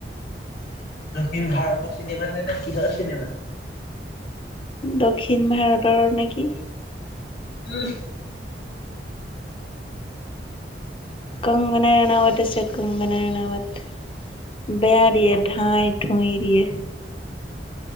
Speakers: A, on the left; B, on the left.
A: দক্ষিণ ভাৰতৰ চিনেমা নে কিহৰ চিনেমা?
B: দক্ষিণ ভাৰতৰ নেকি।
A: উমহ
B: কংগনা ৰানাৱট আছে কংগনা ৰানাৱট। বেয়া দিয়ে ধাইধুই দিয়ে।